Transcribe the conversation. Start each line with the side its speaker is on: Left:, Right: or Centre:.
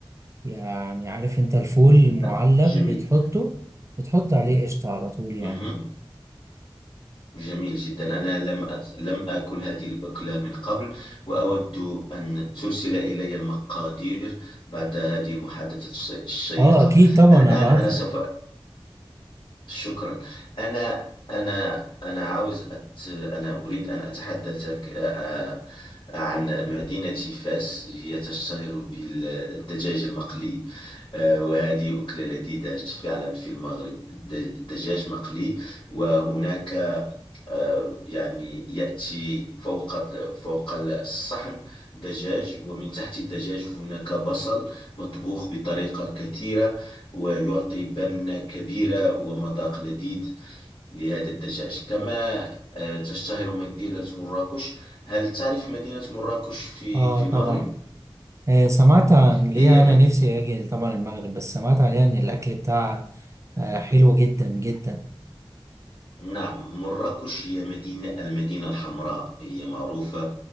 Right: يعني عارف انت الفول المعلب
Left: نعم جميل
Right: بتحطه بتحط عليه قشطة على طول يعني
Left: مهم. جميل جدا أنا لم أت... لم آكل هذه الأكلة من قبل وأود أن ترسل إلي المقادير بعد هذه المحادثة الش- الشيقة
Right: اه اكيد طبعا
Left: الآن
Right: هبعت
Left: أنا سوف
Right: لك
Left: شكرا أنا أنا أنا عاوز أت... أنا أريد أن أتحدثك آ- آ- عن مدينة فاس هي تشتهر بالدجاج المقلي آ، وهذه أكلة لذيذة فعلا في المغرب الد- الدجاج مقلي وهناك آه، يعني يأتي فوق فوق الصحن دجاج ومن تحت الدجاج هناك بصل مطبوخ بطريقة كثيرة ويعطي بنة كبيرة ومذاق لذيذ لهذا الدجاج كما آه، تشتهر مدينة مراكش هل تعرف مدينة مراكش في
Right: اه
Left: في
Right: طبعا
Left: المغرب؟
Right: آه سمعت عن ليه
Left: هي
Right: انا
Left: مد...
Right: نفسي اجي طبعا المغرب بس سمعت عليها ان الاكل بتاعها آه حلو جدا جدا
Left: نعم مراكش هي مدينة المدينة الحمراء هي معروفة